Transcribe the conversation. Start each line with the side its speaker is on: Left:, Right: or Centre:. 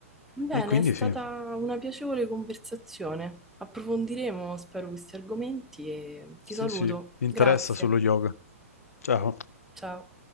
Centre: Bene,
Left: E quindi
Centre: è stata
Left: sì,
Centre: una piacevole conversazione. Approfondiremo, spero, questi argomenti e ti
Left: sì,
Centre: saluto.
Left: sì, mi
Centre: Grazie,
Left: interessa sullo yoga. Ciao.
Centre: ciao.